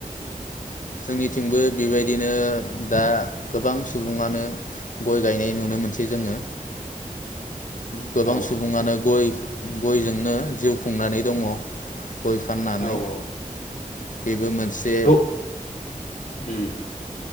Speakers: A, on the left; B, on the left.
A: जोंनिथिंबो बेबायदिनो दा गोबां सुबुङानो गय गायनाय नुनो मोनसै जोङो। गोबां
B: औ
A: सुबुङानो गय गयजोंनो जिउ खुंनानै दङ। गय फाननानै
B: औ औ
A: बेबो मोनसे
B: द उम